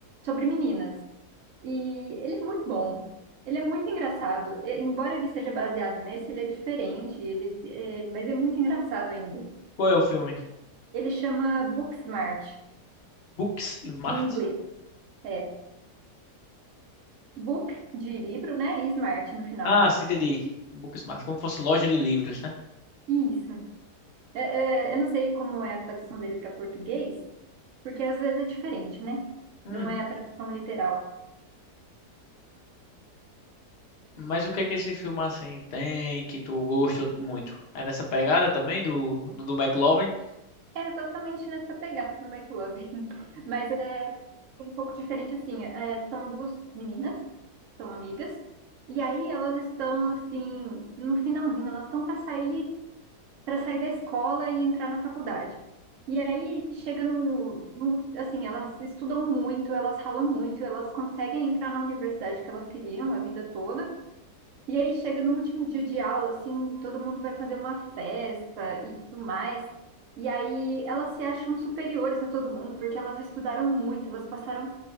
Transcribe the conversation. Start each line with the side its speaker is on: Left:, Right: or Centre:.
Right: sobre meninas. E ele é muito bom. Ele é muito engraçado. E, embora ele seja baseado nesse, ele é diferente, ele, é, mas é muito engraçado ainda.
Left: Qual é o filme?
Right: Ele chama Booksmart,
Left: Booksmart?
Right: em inglês. É, book de livro, né? E smart no final.
Left: Ah, sim, entendi. Booksmart, como fosse loja de livros, né?
Right: Isso. É, é, eu não sei como é a tradução dele para português, porque às vezes é diferente, né?
Left: Uhum.
Right: Não é a tradução literal.
Left: Mas o que é que esse filme assim tem que tu gostou muito? É nessa pegada também do, do, do McLovin?
Right: É exatamente nessa pegada do Make Love. <laughs> Mas é um pouco diferente, assim. é, são duas meninas, são amigas, e aí elas estão, assim, no finalzinho, elas estão para sair, para sair da escola e entrar na faculdade. E aí chega no, no- assim, elas estudam muito, elas ralam muito, elas conseguem entrar na universidade que elas queriam a vida toda. E aí chega no último dia de aula, assim, todo mundo vai fazer uma festa e tudo mais. E aí elas se acham superiores a todo mundo porque elas estudaram muito, elas passaram